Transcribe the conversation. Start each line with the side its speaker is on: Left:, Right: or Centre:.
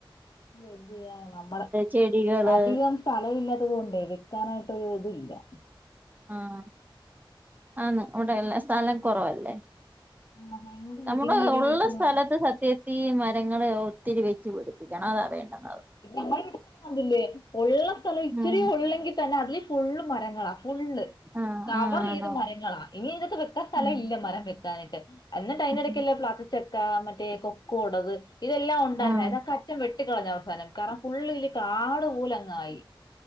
Left: എതിയ നമ്മള
Right: ചെടികള്
Left: അധികം സ്ഥലമില്ലാത്തത് കൊണ്ടേ വെക്കാനായിട്ട് ല്ല <inaudible>
Right: ആഹ ആന്ന് അവിടെ എല്ലാ സ്ഥലം കുറവല്ലേ
Left: ആഹ് ഭയങ്കര
Right: നമ്മുടെ
Left: ഇടുങ്ങി ഇടുങ്ങി
Right: ഉള്ള
Left: നിക്കുന്നുണ്ട്
Right: സ്ഥലത്ത് സത്യത്തി മ മരങ്ങൾ ഒത്തിരി വെച്ച് പഠടിപ്പിക്കണം അതാ വേണ്ടത്
Left: പിന്ന നമ്മളതില്ലേ ഉള്ള സ്ഥലം ഇച്ചരി
Right: ഉം
Left: ഉള്ളെങ്കിൽ തന്നെ അതില് ഫുള്ള് മരങ്ങള ഫുള്ള്
Right: ആഹ്
Left: കവർ
Right: ആഹ്
Left: ചെയ്ത്
Right: ആണോ
Left: മരങ്ങളാ ഇനി നിങ്ങക്ക് വെക്കാൻ സ്ഥലം
Right: ഉം
Left: ഇല്ല മരം വെക്കാനായിട്ട് എന്ന അൻടക്കല്ലോ
Right: ഉം
Left: പ്ലാത്തച്ചക്ക മറ്റേ കൊക്കോടത് ഇതെല്ലാം ഉണ്ടായിരരുന്നു
Right: ആഹ്
Left: അത അറ്റം വെ കട്ടിക്കളഞ്ഞ അവസാനം കാരണം ഫുുള്ളില് കാട് പോലെങ്ങായി